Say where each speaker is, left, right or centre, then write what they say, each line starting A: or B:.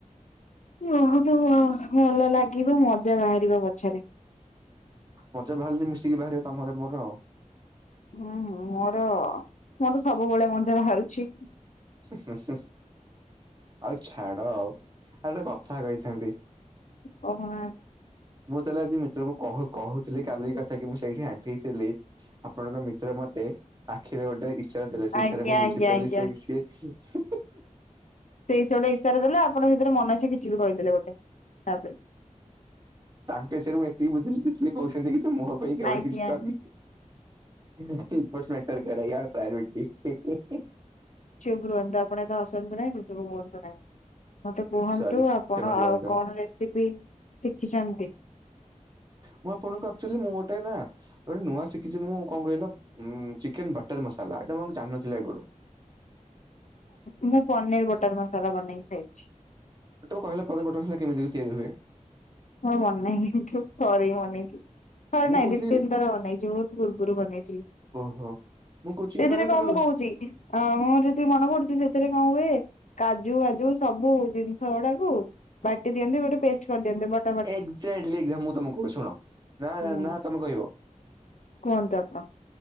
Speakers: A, on the left; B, on the right.
A: <unintelligible> ଭଲ ଲାଗିବ ମଜା ବାହାରିବ ପଛରେ।
B: ମଜା ବାହାରିଲି ମିଶିକି ବାହାରିବା ତମରେ ମୋର ଆଉ।
A: ହୁଁ ହୁଁ ମୋର ମୋର ସବୁବେଳେ ମଜା ବାହାରୁଚି।
B: ହୁଁ ହୁଁ ହୁଁ ଆଉ ଛାଡ ଆଉ ଆ ଗୋଟେ କଥା କଇ ଥାନ୍ତି।
A: କହନା
B: ମୁଁ ତାହେଲେ ଆଜି ମିତ୍ରଙ୍କୁ କହୁ-କହୁଥିଲି କାଲି କଥା କି ମୁଁ ସେଇଠି ଆଣ୍ଠେଇଥିଲି ଆପଣଙ୍କ ମିତ୍ର ମତେ ଆଖିରେ ଗୋଟେ ଇଶାରା ଦେଲେ ସେ
A: ଆଜ୍ଞା
B: ଇଶାରା ମୁଁ ବୁଝିପାରିଲି
A: ଆଜ୍ଞା ଆଜ୍ଞା
B: ସେ-ସିଏ ହୁଁ ହୁଁ
A: ସେଇ ସେଗୋଟେ ଇଶାରା ଦେଲେ ଆପଣ ସେଥିରେ ମନଇଛା କିଛି ବି କହିଦେଲେ
B: ହୁଁ
A: ଗୋଟେ ତାପରେ
B: ତାଙ୍କେ ସେଇଠୁ ମୁଁ ଏତିକି ବୁଝିଲି ଯେ ସିଏ କହୁଛନ୍ତି କି ମୋ ପାଇଁ କେବେ
A: ଆଜ୍ଞା
B: କିଛି କର୍ ନି । <unintelligible> ବେରାୟାର ପ୍ରାଇରୁଟି ହିଁ ହିଁ ହିଁ ।
A: ଚୁପ୍ ରୁହନ୍ତୁ ଆପଣ ଏତେ ହସନ୍ତୁ ନାହିଁ ସେସବୁ କୁଅନ୍ତୁ ନାଇଁ । ମତେ କୁହନ୍ତୁ
B: ସରି
A: ଆପଣ
B: କ୍ଷମା କରନ୍ତୁ।
A: ଆଉ କଣ ରେସିପି ଶିଖିଛନ୍ତି?
B: ମୁଁ ଆପଣଙ୍କୁ ଆକ୍ଚୁଆଲି ମୁଁ ଗୋଟେ ନା ଗୋଟେ ନୂଆ ଶିକିଚି ମୁଁ କଣ କହିଲ ଉ ଚିକେନ୍ ବଟର୍ ମସାଲା। ଏଟା ମୁଁ ଜାଣିନଥିଲି ଆଗୁରୁ।
A: ମୁଁ ପନିର୍ ବଟର୍ ମସଲା ବନେଇକି ଖାଇଛି।
B: ତମେ କହିଲ ପନିର୍ ବଟର୍ ମସାଲା କେମିତି ତିଆରି ହୁଏ?
A: ମୋର ମନେନାହିଁ ଥରେ ବନେଇଥିଲି। ହ
B: ମୁଁ
A: ନାଇଁ
B: କହୁଥିଲି
A: ଦି, ତିନ୍ ଥର ବନେଇଚି ମୁଁ ବହୁତ ପୂର୍ବରୁ ବନେଇଥିଲି।
B: ଓହୋ। ମୁଁ କହୁଛି
A: ସେଥିରେ
B: କି ମାନେ
A: କଣ
B: ତମେ
A: ମୁଁ
B: ରୋଷେ
A: କହୁଚି ମୋର ଯେତିକି ମନେ ପଡୁଚି ସେଥିରେ କଣ ହୁଏ କାଜୁ ବାଜୁ ସବୁ ଜିନିଷ ଗୁଡାକୁ ବାଟି ଦିଅନ୍ତି ଗୋଟେ ପେଷ୍ଟ କରିଦିଅନ୍ତି ବଟ୍
B: ଏକ୍ଜାଟଲି ମୁଁ ତମକୁ କହୁଚି ଶୁଣ ।ନା
A: ହୁଁ
B: ନା ତମେ କଇବ?
A: କୁହନ୍ତୁ ଆପଣ।